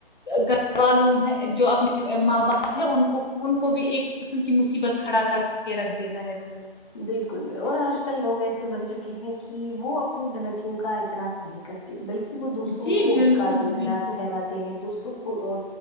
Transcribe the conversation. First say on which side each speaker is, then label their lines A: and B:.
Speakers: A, on the left; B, on the left.
A: گھر والالو ہے جو اپنے ماں باپ ہے ان کو ان کو بھی ایک قسم کی مصیبت کھڑا کر کے کے رکھ دیتا ہے پھر وہ
B: بالکل اور آج کل لوگ ایسے بن چکے ہیں کہ وہ اپنی غلطیوں کا اعتراف نہیں کرتے بلکہ وہ دوسروں
A: جی
B: کو
A: بالکل
B: اس کا ذمہ
A: بالکل
B: دار ٹھہراتے ہیں دوسروں کو